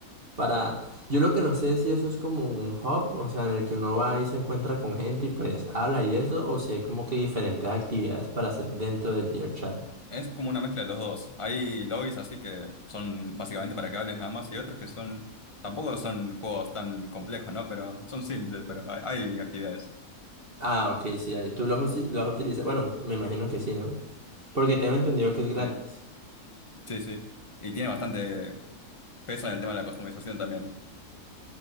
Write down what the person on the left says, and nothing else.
Es como una mezcla de los dos. Hay lobbies así que son básicamente para que hables nada más y otros que son, tampoco son juegos tan complejos, ¿no? Pero son simples, pero hay, hay actividades.
Sí, sí, sí. Y tiene bastante peso en el tema de la customización también.